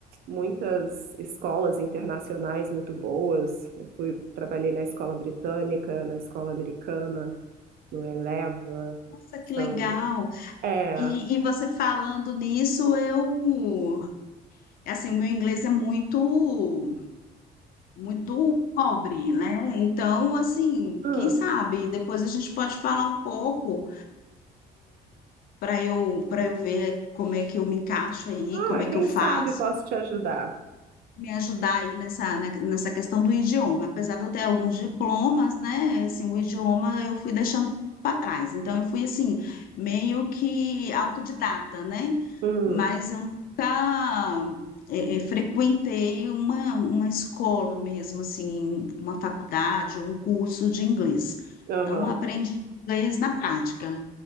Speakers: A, on the right (about 65°); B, on the left (about 60°).
A: muitas escolas internacionais muito boas. Eu fui, trabalhei na escola britânica, na escola americana, no Eleva.
B: Nossa, que
A: São,
B: legal!
A: é,
B: E, e você falando nisso, eu, assim, o meu inglês é muito, muito pobre, né? Então, assim,
A: ah,
B: quem sabe, depois a gente pode falar um pouco, para eu, para eu ver como é que eu me encaixo aí,
A: Ah,
B: como é
A: quem
B: que eu faço.
A: sabe posso te ajudar.
B: me ajudar aí nessa, né, nessa questão do idioma. Apesar de eu ter alguns diplomas, né, assim, o idioma eu fui deixando para trás. Então eu fui assim, meio que autodidata, né?
A: Hum,
B: Mas eu nunca eh, eh, frequentei uma, uma escola mesmo, assim, uma faculdade ou um curso de inglês.
A: aham.
B: Então eu aprendi inglês na prática